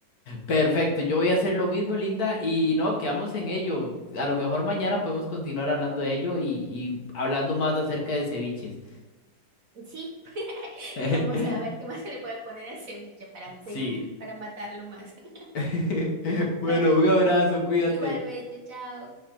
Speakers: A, on the left; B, on the right.
A: Perfecto, yo voy a hacer lo mismo, Linda, y no, quedamos en ello. A lo mejor mañana podemos continuar hablando de ello y, y hablando más acerca de ceviches.
B: Sí, <laughs>
A: <laughs>
B: y vamos a ver qué más se le puede poner al ceviche para seguir,
A: Sí.
B: para matarlo más. <laughs>
A: <laughs> Bueno,
B: Bueno,
A: un abrazo, cuídate.
B: u- igualmente, chao.